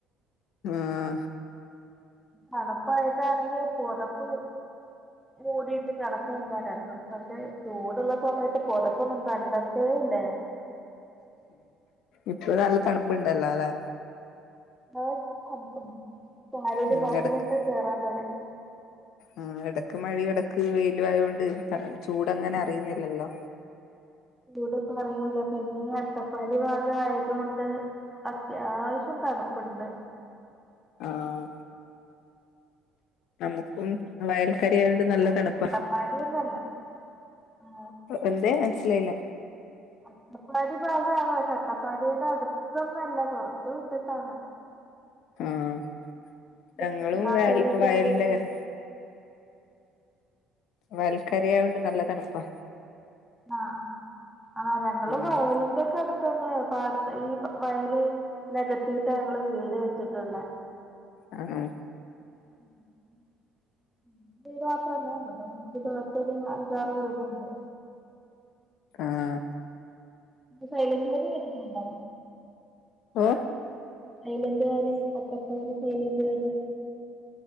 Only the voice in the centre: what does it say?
തണുപ്പായിട്ടാണെങ്കിൽ പൊതപ്പ് മൂടിട്ട് കെടക്ക ര ണ്ടും പക്ഷെ ചൂടുള്ള സമയത്ത് പൊതപ്പൊന്നും കണ്ടത്തേ ഇല്ലേ
തണു പൊക്കെണ്ട്കാലില്
മസില്
കേറാൻ തുടങ്ങി
ഇതൂടെ പറയില്ല പിന്നെ ഈ അട്ടപ്പാടി ഭാഗ ആയതുകൊണ്ട് അത്യാവശ്യം തണുപ്പുണ്ട്
പടിയൊന്നുമല്ല ആഹ്
അട്ടപ്പാടി ഭാഗമാണ് പക്ഷെ അട്ടപ്പാടിയുടെ അടുത്തൊന്നും അല്ല കൊറച്ച് വിട്ടിട്ടാണ്.
<inaudible>
സൈലന്റ്
വാലിയൊക്കെ
ആഹ് ആഹ് ആഹ് ആ ഞങ്ങളും
വയലിന്റെ ഒക്കെ അടു തന്നെ പാടത്ത് ഈ വയല് നെഗതിട്ടാ ഞങ്ങള് വീട് വെച്ചിട്ടുയുള്ളെ
ഉം ഉം <unintelligible> അഞ്ചാറ് വീടുണ്ട്.
സൈലന്റ് വാലി കേട്ടിട്ടുണ്ടോ?
silent Valley Attappadi silent Valley